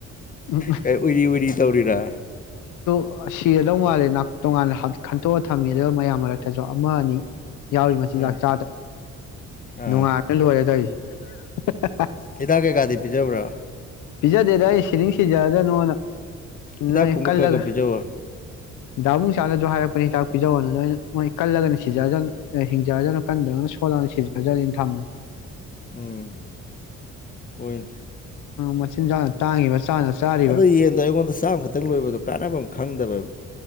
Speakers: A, on the left; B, on the left.
A: ꯎꯝ
B: ꯀꯩ ꯎꯏꯔꯤ ꯎꯏꯔꯤ ꯇꯧꯔꯤꯔꯥ
A: ꯑꯁ ꯁꯤꯔꯗꯧ ꯃꯥꯜꯂꯦ ꯅꯥ ꯇꯣꯉꯥꯟꯅ ꯈꯟꯇꯣꯛꯑ ꯊꯝꯃꯤ ꯑꯗꯨꯒ ꯃꯌꯥꯝ ꯃꯔꯛꯇꯁꯨ ꯑꯃ ꯑꯅꯤ ꯌꯥꯎꯔꯤ ꯃꯆꯤꯟꯖꯥꯛ
B: ꯑꯥ
A: ꯆꯥꯗ
B: ꯑꯥ
A: ꯅꯨꯡꯉꯥꯏꯕ ꯂꯣꯏꯔꯦ ꯇꯧꯔꯤꯁꯦ <inaudible>
B: ꯍꯤꯗꯥꯛ ꯀꯩꯀꯥꯗꯤ ꯄꯤꯖꯕ꯭ꯔꯥ
A: ꯄꯤꯖꯥ ꯗꯦꯗ ꯑꯩ ꯁꯤꯅꯤꯡ ꯁꯤꯖꯔꯖꯅꯣꯅ
B: ꯍꯤꯗꯥꯛꯀꯨꯝꯕ
A: ꯅꯣꯏ ꯀꯜꯂꯒ
B: ꯈꯔ ꯈꯔ ꯄꯤꯖꯧꯋꯣ
A: ꯗꯥꯕꯨꯡ ꯆꯥꯅꯁꯨ ꯍꯥꯏꯔꯛꯄꯅꯦ ꯍꯤꯗꯥꯛ ꯄꯤꯖꯧꯋꯣꯅ ꯂꯣꯏꯅ ꯃꯣꯏ ꯀꯜꯂꯒꯅꯤ ꯁꯤꯖꯖꯅꯤ ꯑꯦ ꯍꯤꯡꯖꯖꯅꯨ ꯀꯟꯗ꯭ꯔꯒꯅ ꯁꯣꯂꯥꯅ ꯁꯤꯖꯤꯖꯔꯅꯤ ꯊꯝꯃꯣ
B: ꯎꯝ ꯍꯣꯏꯅꯦ
A: ꯃꯆꯤꯟꯖꯥꯛꯅ ꯇꯥꯡꯉꯤꯕ ꯆꯥꯅ ꯆꯥꯔꯤꯕ
B: ꯑꯗꯣ ꯌꯦꯟꯗꯣ ꯑꯩꯉꯣꯟꯗ ꯆꯥꯝꯈꯛꯇꯪ ꯂꯣꯏꯕꯗꯣ ꯀꯥꯟꯅꯕꯝ ꯑꯃ ꯈꯪꯗꯕ